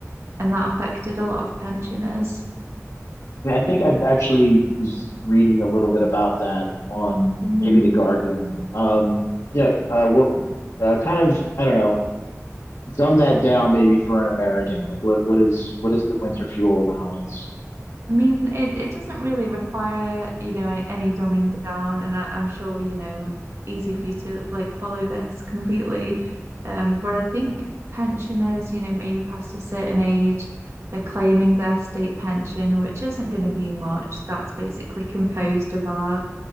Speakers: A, on the right; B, on the left.
A: and that affected a lot of pensioners.
B: Yeah, I think I've actually was reading a little bit about that on
A: Mm.
B: maybe The Guardian. Um, yeah, uh, what uh, kind of I don't know, dumb that down maybe for an American. Like what what is what is the winter fuel allowance?
A: I mean, it, it doesn't really require, you know, any dumbing down, and I, I'm sure, you know, easy for you to like follow this completely. Um, but I think pensioners, you know, maybe past a certain age, they're claiming their state pension, which isn't going to be much. That's basically composed of our